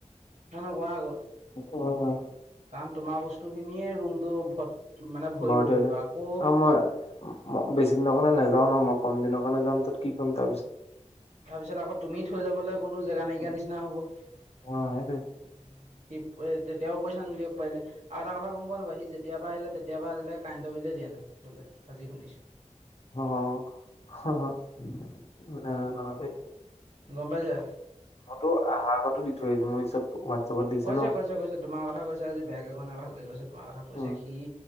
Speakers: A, on the right (about 70°); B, on the left (about 55°).
A: না না কোৱা আক'
B: সেইটো হয়
A: কাৰণ তোমাৰ বস্তু খিনিয়ে ৰুমটো ভ মানে ভৰি
B: বাৰু দিয়া
A: পৰিব
B: দে
A: আকৌ
B: আৰু মই বেছি দিনৰ কাৰণে নাযাও ন মই কম দিনৰ কাৰণে যাম তাত কি কৰিম তাৰপিছত
A: তাৰপিছত আকৌ তুমি থৈ যাবলৈ কোনো জেগা নাইকিয়া
B: উম,
A: নিচিনা হব। সি
B: অ সেইটোৱে
A: তেতিয়াও পইচা নিদিয়ক পাৰিলে। আৰু এটা কথা গম পোৱা নোপোৱা সি যেতিয়াৰা আহিলে তেতিয়াৰ পৰা আজিলৈকে কাৰেণ্টৰ বিলে দিয়া নাই বোলে আজি শুনিছোঁ।
B: অ হ, নাজানো বাৰু দেই
A: গম পাইছা?
B: মইতো আহাৰ আগতো দি থৈ আহিছো মোৰ পিছত হোৱাটছএপত দিছে
A: কৈছে
B: ন
A: কৈছে কৈছে তোমাৰ কথা কৈছে আজি বেয়াকে কোৱা নাই ভালকৈ কৈছে তোমাৰ কথা কৈছে
B: উম,
A: সি।